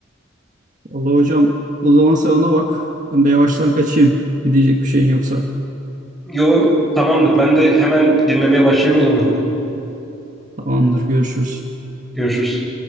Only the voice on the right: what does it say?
Allah hocam o zaman sen ona bak. Ben de yavaştan kaçayım. Gidecek bir şeyin yoksa.
Tamamdır görüşürüz.